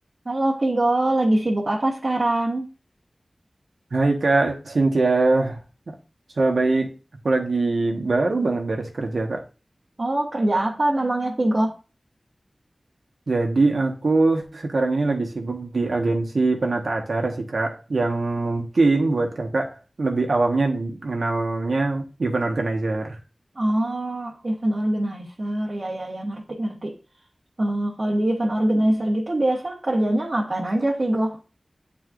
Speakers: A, on the right (about 55°); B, on the right (about 85°).
A: Halo Vigo, lagi sibuk apa sekarang?
B: Hai Kak Cynthia, so baik. Aku lagi baru banget beres kerja Kak.
A: Oh, kerja apa memangnya Vigo?
B: Jadi aku sekarang ini lagi sibuk di agensi penata acara sih Kak, yang mungkin buat Kakak lebih awamnya mengenalnya event organizer.
A: Oh, event organizer, ya ya ya ngerti ngerti. Eh, kalau di event organizer gitu biasa kerjanya ngapain aja Vigo?